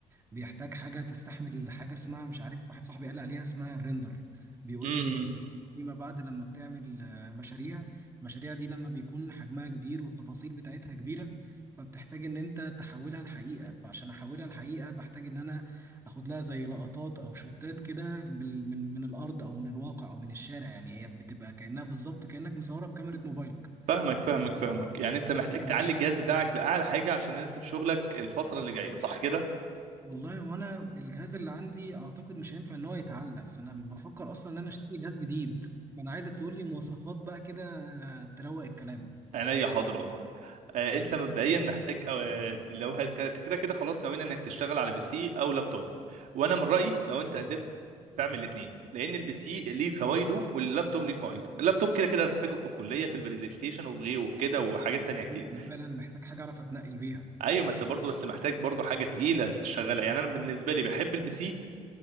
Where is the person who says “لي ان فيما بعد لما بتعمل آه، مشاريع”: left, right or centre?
Right